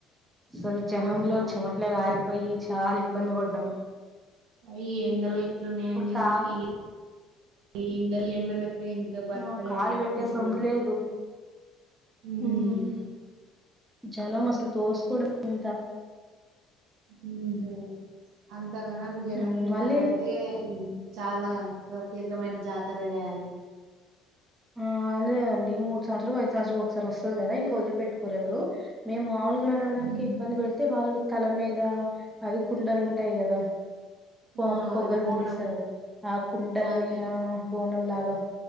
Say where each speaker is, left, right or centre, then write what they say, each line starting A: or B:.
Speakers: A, on the right (about 15°); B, on the right (about 70°).
A: అసలు జనంలో
B: ఆహా
A: చెమట్లా గా రి పోయి చాలా ఇబ్బంది పడ్డం
B: ఈ ఎండలు ఎట్లున్నాయండి
A: కాలు
B: ఈ ఈ ఎండల ఎండలకు ఇంకా బత్కలెము
A: ఆ కాలు పెట్టే
B: ఇట్లా
A: సందు
B: ఉంటె
A: లేదు
B: ఉమ్
A: మ్మ్ జనం అసలు తోసుకోవడం ఎంత
B: ఉహ్మ్ ఆ ఇంతగనం జనం
A: మ్మ్
B: ఉన్నారంటే
A: మళ్ళీ
B: చాలా ప్రత్యేకమైన జాతరనే అది
A: ఆ అదే అండి మూడు సంవత్సరల కో ఐదు సంవత్సరల కో ఒకసారి వస్తుంది కదా ఇంక వదిలి పెట్టుకోరు ఎవరు మేము మాములుగా నడవడానికి
B: ఉమ్
A: ఇబ్బంది పెడితే వాళ్ళు తల మీద అది కుండలు ఉంటాయి కదా పొ
B: ఆ
A: పొంగల్
B: బోనం
A: పొంగిస్తారు ఆ కుండల్ని
B: అదే
A: ఆ బోనం లాగ్ గా